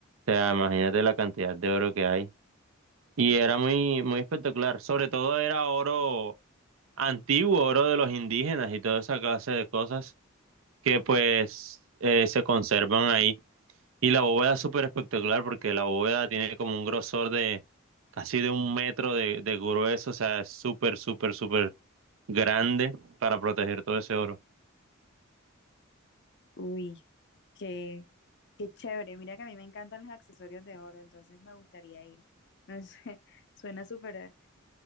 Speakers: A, on the right; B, on the left.
A: sea, imagínate la cantidad de oro que hay. Y era muy, muy espectacular. Sobre todo era oro antiguo, oro de los indígenas y toda esa clase de cosas que pues eh, se conservan ahí. Y la bóveda es súper espectacular porque la bóveda tiene como un grosor de casi de un metro de, de grueso, o sea, es súper, súper, súper grande para proteger todo ese oro.
B: Uy, qué, qué chévere. Mira que a mí me encantan los accesorios de oro, entonces me gustaría ir. No sé, <laughs> suena súper,